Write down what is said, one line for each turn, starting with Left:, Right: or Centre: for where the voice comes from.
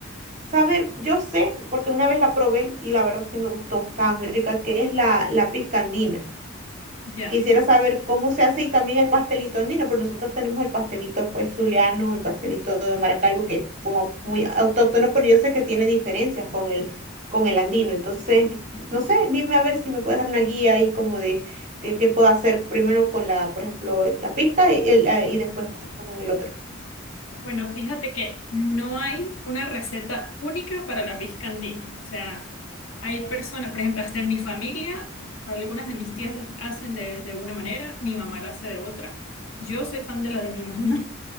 Right: saber, yo sé, porque una vez la probé y la verdad sí me gustó, estaba muy rica, que es la, la pisca andina.
Left: Ya.
Right: Quisiera saber cómo se hace y también el pastelito andino, pero nosotros tenemos el pastelito pues zuliano, el pastelito de Maracaibo, que es como muy autóctono, pero yo sé que tiene diferencias con el, con el andino. Entonces, no sé, dime a ver si me puedes dar una guía ahí como de, de qué puedo hacer primero con la, por ejemplo, la pizca y, el, eh, y después con el otro.
Left: Bueno, fíjate que no hay una receta única para la pizca andina. O sea, hay personas, por ejemplo, hasta en mi familia, algunas de mis tías lo hacen de, de una manera, mi mamá lo hace de otra. Yo soy fan de la de mi mamá.